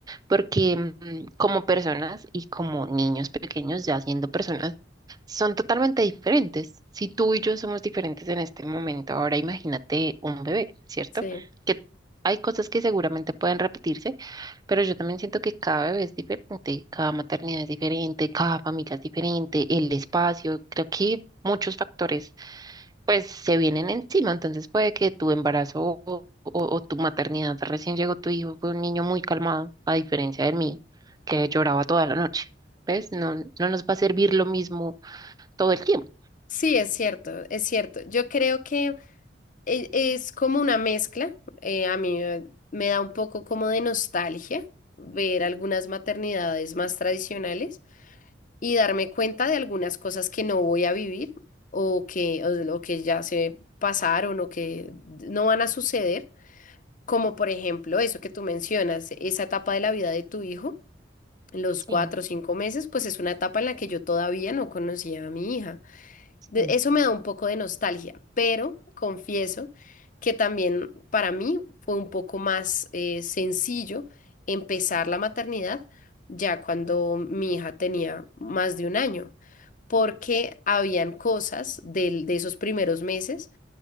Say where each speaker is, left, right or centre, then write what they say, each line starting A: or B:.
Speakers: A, on the right (about 20°); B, on the left (about 45°).
A: porque mm, como personas y como niños pequeños, ya siendo personas, son totalmente diferentes. Si tú y yo somos diferentes en este momento, ahora imagínate un bebé, ¿cierto?
B: Sí.
A: Que hay cosas que seguramente pueden repetirse, pero yo también siento que cada bebé es diferente, cada maternidad es diferente, cada familia es diferente, el espacio, creo que muchos factores pues se vienen encima, entonces puede que tu embarazo o, o tu maternidad. Recién llegó tu hijo, fue un niño muy calmado, a diferencia del mío, que lloraba toda la noche. ¿Ves? No, no nos va a servir lo mismo todo el tiempo.
B: Sí, es cierto, es cierto. Yo creo que e- es como una mezcla. eh, a mí eh, me da un poco como de nostalgia ver algunas maternidades más tradicionales y darme cuenta de algunas cosas que no voy a vivir o que, o, o que ya se pasaron o que no van a suceder. Como por ejemplo eso que tú mencionas, esa etapa de la vida de tu hijo, los
A: Sí,
B: cuatro o cinco meses, pues es una etapa en la que yo todavía no conocía a mi hija de-
A: sí.
B: Eso me da un poco de nostalgia, pero confieso que también para mí fue un poco más eh, sencillo empezar la maternidad ya cuando mi hija tenía más de un año, porque habían cosas del- de esos primeros meses